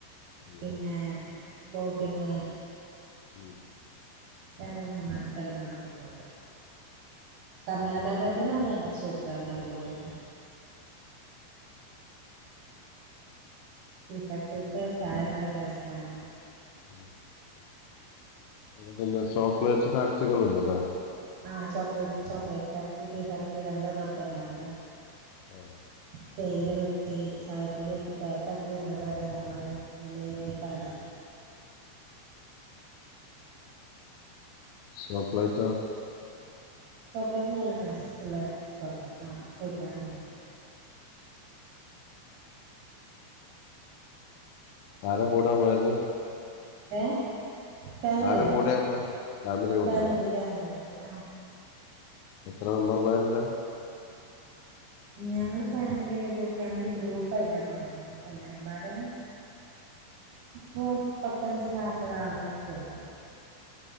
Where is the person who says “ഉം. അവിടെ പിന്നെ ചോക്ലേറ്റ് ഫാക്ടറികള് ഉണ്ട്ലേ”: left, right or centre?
Left